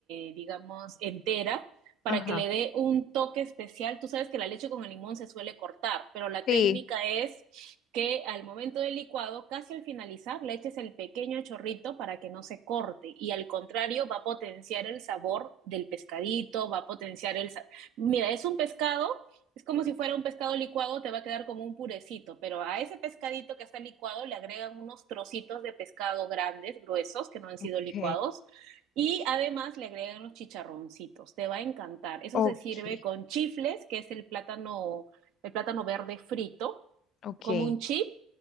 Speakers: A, on the right; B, on the left.
A: eh, digamos, entera, para
B: Ajá.
A: que le dé un toque especial. Tú sabes que la leche con el limón se suele cortar, pero la técnica
B: Sí.
A: es que al momento del licuado, casi al finalizar, le eches el pequeño chorrito para que no se corte. Y al contrario, va a potenciar el sabor del pescadito, va a potenciar el... sa- Mira, es un pescado es como si fuera un pescado licuado, te va a quedar como un purecito, pero a ese pescadito que está licuado le agregan unos trocitos de pescado grandes, gruesos, que no han sido
B: Ok,
A: licuados, y además le agregan los chicharroncitos. Te va a encantar. Eso
B: ok,
A: se sirve con chifles, que es el plátano, el plátano verde frito,
B: ok.
A: como un chip,